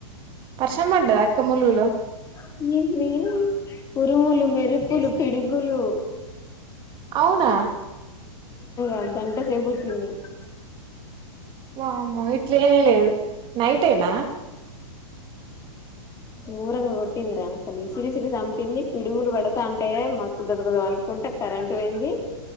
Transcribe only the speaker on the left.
<unintelligible> ఉరుములు మెరుపులు పిడుగులు
అ గంట సేపు కూర్చుంది
గోరంగా కొట్టిందిరా అసలు విసిరిసిరి చంపింది పిడుగులు పడతా అంటే మస్తు గజ గజ అనుకుంట కరెంట్ పోయింది